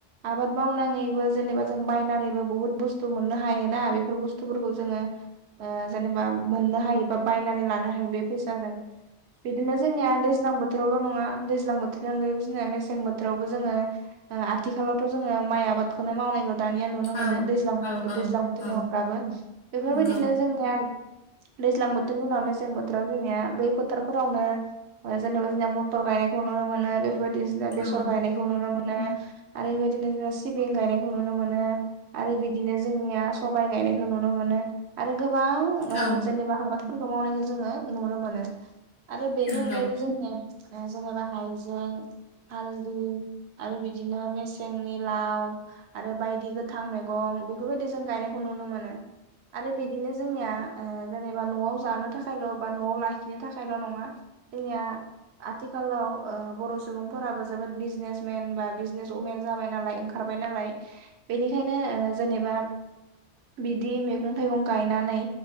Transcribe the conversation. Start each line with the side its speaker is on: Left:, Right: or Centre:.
Right: आबाद माव नानैबो जों बायनानैबो बहुथ बुस्थु मोननो हायो ना बेफोर बस्थुफोरखौ जोङो ओ ओ बा जेनेबा मोननो हायो बा बायनानै लानो हायो बे फैसाजों। बिदिनो जोंनिया दैज्लां बोथ बोथोरावल' नङा दैज्लां बोथोरनि अनगायैबो जोङो मेसें बोथोरावबो जोङो ओ आथिखालावथ' जोङो माइ आबाद आबादखौनो मावनायखौ दानिया नुनो मोनो
Left: औ
Right: दैज्लां
Left: औ औ
Right: दैज्लां बोथोरनि
Left: औ
Right: अनगाबो बेफोरबायदिनो
Left: नंगौ
Right: जोंनिया दैज्लां बोथोरनि उनाव मेसें बोथोराव जोंनिया बै फोथाराव फोरावनो जेनेबा जोंनिया मटर गायनायखौ नुनो मोनो, बेफोरबायदि जोंना बेसर
Left: औ
Right: गायनायखौ नुनो मोनो आरो बेबायदिनो सिबिं गायनायखौ नुनो मोनो, आरो बिदिनो जोंनिया सबाय गायनाय बेखौ नुनो मोनो आरो गोबां ओ
Left: औ
Right: जेनेबा आबादफोरखौ मावनायखौ जोङो नुनो मोनो। आरो बेनि
Left: नंगौ
Right: अनगायैबो जोङो ओ जेनेबा हायजें हालदु आरो बिदिनो मेसेंनि लाव आरो बायदि गोथां मैगं बेफोरबायदि जों गायनायखौ नुनो मोनो। आरो बिदिनो जोंनिया ओ जेनेबा न'आव जानो थाखायल' बा न'आव लाखिनो थाखायल' नङा जोंनिया आथिखालाव ओ बर' सुबुंफोराबो जोबोद बिजनेसमेन बा बिजनेसअमेन जाबाय नालाय ओंखारबाय नालाय नालाय बेनिखायनो जेनेबा बिदि मेगं थाइगं गायनानै